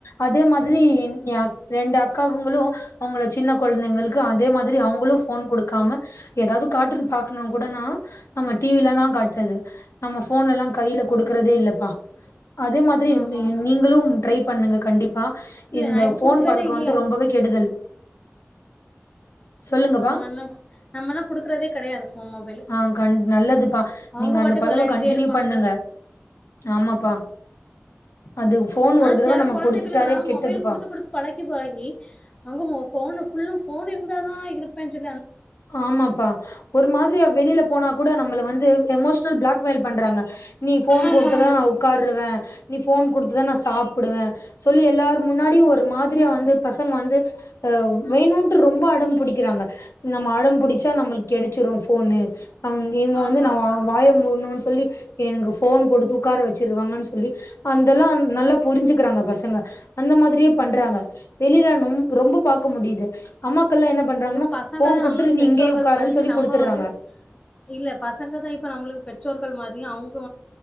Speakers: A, on the left (about 65°); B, on the left (about 25°).
A: அதே மாதிரி ஏன் அக் ரெண்டு அக்காகுங்களு அவங்கள சின்ன கொழந்தைங்களுக்கு அதே மாதிரி அவங்களு ஃபோன் குடு க்காம ஏதாவது கார்ட்டூன் பாக்கணுன் கூடனா நம்ம டிவிலதா காட்றது நம்ம ஃபோன் எல்லா கையில குடுக்குறதே இல்லப்பா அதே மாதிரி
B: ஆமா
A: நீ
B: ஆமா
A: நீங்களும் ட்ரை பண்ணுங்க கண்டிப் பா
B: இல்ல
A: இந்த
B: நா இப்ப
A: ஃபோன்
B: குடுக்குறதே
A: பழக்கோ
B: இல்ல
A: வந்து ரொம்பவே கெடுதல் சொல்லுங்கப்பா
B: நம்மல்லா நம்மல்லா குடுக்குறதே கெடையாது ஃபோன் மொபைலு
A: ஆஹ் கண் நல்லதுப்பா
B: அவங்க
A: நீங்க
B: பாட்டுக்கு
A: அந்த பழக்கோ
B: வெளையாடிட்டே
A: கண்டினியூ
B: இருப்பாங்க
A: பண்ணுங்க ஆமாப்பா அது ஃபோன் ஒரு
B: ஆஹ்
A: தடவ
B: செல
A: நம்ம
B: கொழந்தைங்களுக்கெல்லா
A: குடுத்துட்டாலே கெட்டதுப்பா
B: மொபைல் குடுத்து குடுத்து பழகி பழகி அங்க ஃபோனு ஃபுல்லு ஃபோன் இருந்தாதா இருப்பேன்னு <unintelligible>
A: ஆமாப்பா ஒரு மாதிரியா வெளியில போனா கூட நம்மள வந்து எமோஷனல் பிளாக்மெயில் பண்றாங்க நீ ஃபோன்
B: ஆமா
A: குடுத்தாதா
B: ஆமா
A: நா உக்காருவே நீ ஃபோன் குடுத்தாதா நா சாப்டுவே சொல்லி எல்லாரும் முன்னாடியும் ஒரு மாதிரியா வந்து பசங்க வந்து அஹ் வேணும்ட்டு ரொம்ப அடம் பிடிக்கிறாங்க நம்ம அடம் புடிச்சா நம்மளுக்கு கெடைச்சிரு போன்னு அவங்க இவங்க
B: ஆமா
A: வந்து நான்
B: ஆமா
A: வா வாய முடணும்ன்னு சொல்லி எனக்கு போன் கொடுத்து உட்கார வச்சிருவாங்கன்னு சொல்லி அதந்தெல்லாம் நல்லா புரிஞ்சுக்கறாங்க பசங்க அந்த மாதிரியே பண்றாங்க வெளியில ரொம்ப பாக்க முடியுது அம்மா மக்கல்லாம் என்ன பண்றாங்கன்னா
B: இப்ப பசங்க
A: ஃபோன்
B: தான்
A: குடுத்துட்டு
B: நம்மளுக்கு பெற்றோர்கள்
A: நீ இங்கயே உக்காருன்னு
B: மாதிரி
A: சொல்லி
B: நம்ம
A: குடுத்துர்றாங்க
B: வந்து இல்ல பசங்க தான் இப்ப நம்மளுக்கு பெற்றோர் பெற்றோர்கள் மாதிரி அவங்க